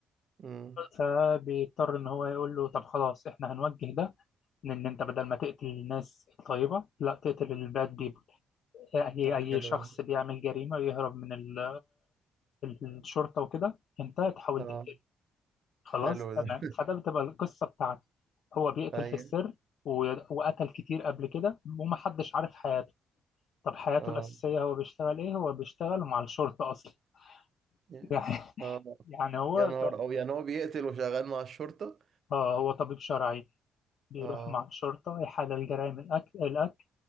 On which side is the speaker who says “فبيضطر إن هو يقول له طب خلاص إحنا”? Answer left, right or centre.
Left